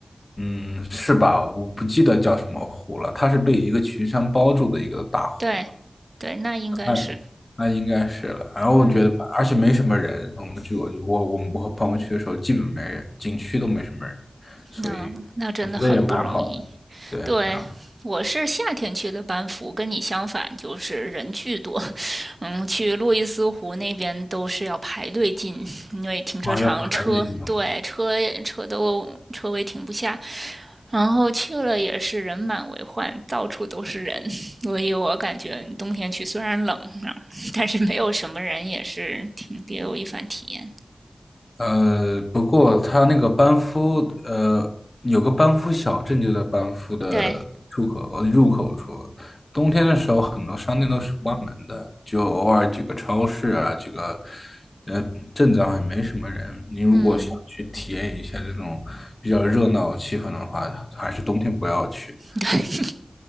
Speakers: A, on the left; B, on the right.
A: 嗯，是吧？我不记得叫什么湖了，它是被一个群山包住的一个大湖。
B: 对，对，那应该是，
A: 那。那应该是了。然后我觉得而且没什么人，
B: 嗯，
A: 我们就我就我我们我和朋友去的时候，基本没人，景区都没什么人，所以我觉得也蛮好的。
B: 那那真的很不容易。
A: 对，
B: 对，
A: 蛮好。
B: 我是夏天去的班夫，跟你相反，就是人巨多。<laughs> 嗯，去路易斯湖那边都是要排队进，因为停车场车，
A: 哇，要爬越岭，
B: 对，车车都车位停不下。然后去了也是人满为患，到处都是人，<laughs> 所以我感觉冬天去虽然冷啊但是没有什么人也是挺别有一番体验。
A: 呃，不过它那个班夫，呃，有个班夫小镇就在班夫的出口，
B: 对，
A: 呃入口处。冬天的时候，很多商店都是关门的，就偶尔几个超市啊，几个呃镇子上也没什么人。你如果想去体验一下这种比较热闹的气氛的话，
B: 嗯，
A: 还是冬天不要去，
B: 对，